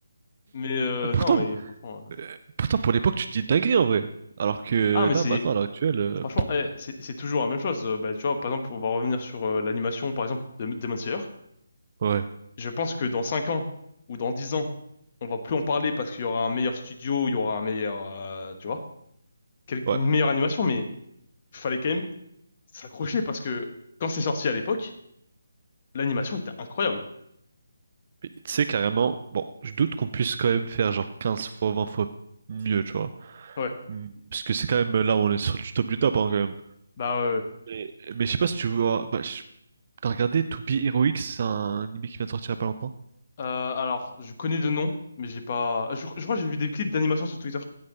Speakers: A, on the left; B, on the right.
A: Mais, euh,
B: Euh, Pourtant,
A: non, mais franchement. euh.
B: euh, pourtant, pour l'époque, tu te dis dinguerie en vrai. Alors que
A: Ah, mais
B: là,
A: c'est,
B: maintenant, à l'heure actuelle, euh,
A: franchement, eh, c'est, c'est toujours la même chose. Euh, Bah, tu vois, par exemple, on va revenir sur euh, l'animation, par exemple, de Demon Slayer.
B: ouais,
A: Je pense que dans 5 ans ou dans 10 ans, on va plus en parler parce qu'il y aura un meilleur studio, il y aura un meilleur, euh, tu vois, quel-
B: ouais.
A: une meilleure animation, mais fallait quand même s'accrocher parce que quand c'est sorti à l'époque, L'animation était incroyable.
B: Mais Tu sais, carrément, bon, je doute qu'on puisse quand même faire genre 15 fois, 20 fois mieux, tu vois.
A: Ouais.
B: Hmm. Parce que c'est quand même là, on est sur du top du top hein, quand même.
A: Bah, euh,
B: Mais, mais je sais pas si tu vois. Bah, je- t'as regardé To Be Heroic, c'est un anime qui vient de sortir il y a pas longtemps.
A: euh, alors, je connais de nom, mais j'ai pas. Je, je crois que j'ai vu des clips d'animation sur Twitter.